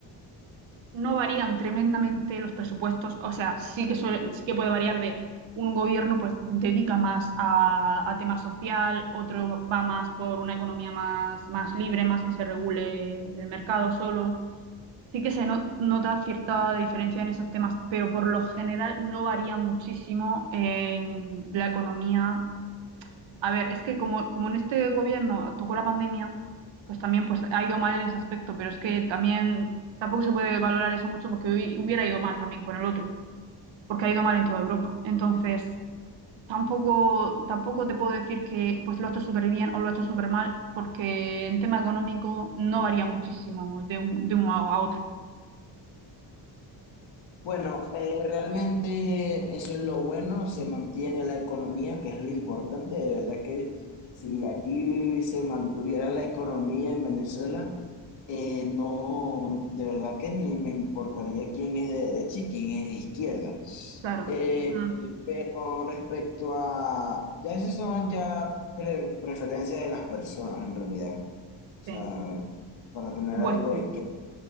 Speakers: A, on the right; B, on the left.
A: no varían tremendamente los presupuestos, o sea, sí que, suele- sí que puede variar de un gobierno pues dedica más a, a tema social, otro va más por una economía más, más libre, más que se regule el mercado solo. Sí que se no- nota cierta diferencia en esos temas, pero por lo general no varía muchísimo en la economía a ver, es que como, como en este gobierno tocó la pandemia, pues también pues, ha ido mal en ese aspecto, pero es que también tampoco se puede valorar eso mucho porque hubi- hubiera ido mal también con el otro, porque ha ido mal en toda Europa. Entonces, tampoco, tampoco te puedo decir que pues, lo ha hecho súper bien o lo ha hecho súper mal, porque en tema económico no varía muchísimo de, un- de uno a otro.
B: Bueno, eh, realmente eso es lo bueno, se mantiene la economía, que es lo importante. De verdad que si aquí se mantuviera la economía en Venezuela, eh, no, de verdad que ni me importaría quién es de derecha y quién es de izquierda.
A: Claro.
B: Eh,
A: Mm,
B: pero respecto a, ya esas son ya pre- preferencias de las personas en realidad. O sea,
A: sí,
B: para tener
A: por supuesto.
B: algo de